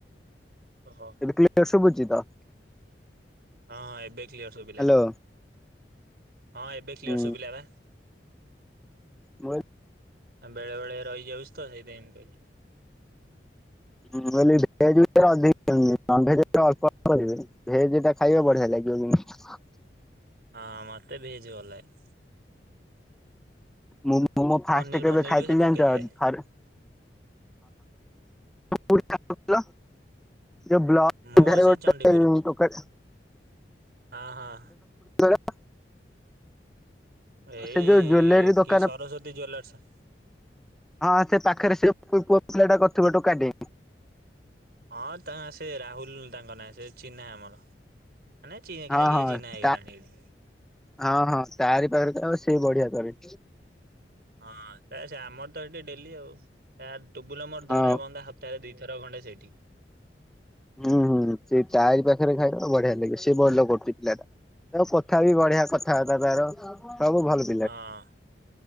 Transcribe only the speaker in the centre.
ଏବେ କ୍ଲିୟର ଶୁଭୁଚି ତ?
ହ୍ୟାଲୋ
ହୁଁ
ମୁଁ
ମୁଁ କହିଲି ଭେଜ <inaudible> ଅଧିକ। ନନ୍ ଭେଜରେ ଅଳ୍ପ ଅଳ୍ପ ଦେବେ ଭେଜ ଟା ଖାଇବା ବଢ଼ିଆ ଲାଗିବ କିନ୍ତୁ।
ମୁଁ ମୋମୋ ଫାଷ୍ଟ
କେବେ
ଖାଇଥିଲି
ଜାଣିଚ
ଥରେ ହଁ <inaudible> ଥିଲ ଯଉ ବ୍ଲ
ସିଧା ରେ
ଗୋଟେ
ଟୋକା ଟା
<unintelligible>
ସେ ଯୋଉ ଜୁଏଲାରୀ ଦୋକାନ
ହଁ ସେ ପାଖେରେ ସେ <unintelligible> ପୁଅ ପିଲା ଟା କରିଥିବ ଟୋକା ଟେ।
ହଁ-
ହଁ
ତା
ହଁ- ହଁ ତାରି ପାଖରେ ତ ଆଉ ସେ ବଢିଆ କରେ।
ହଁ
ହୁଁ- ହୁଁ ସେ ତାରି ପାଖେରେ ଖାଇବା ବଢିଆ ଲାଗିବ ସେ ଭଲ କରୁଚି ପିଲାଟା। ତାର କଥା ବି ବଢିଆ କଥାବାର୍ତ୍ତା ତାର ସବୁ ଭଲ୍